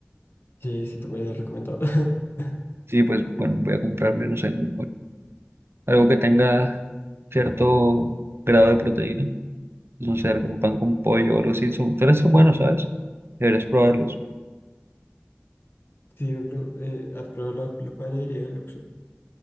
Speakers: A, on the left; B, on the right.
A: Sí, sí, te me lo habías recomendado. <laughs>
B: Sí, pues bueno, voy a comprarme, no sé, algo, algo que tenga cierto grado de proteína, pues, no sé, algún pan con pollo o algo así. Son, suelen ser buenos, ¿sabes? Deberías probarlos.
A: Sí, bro, eh, ¿has probado la, la panadería del Oxxo?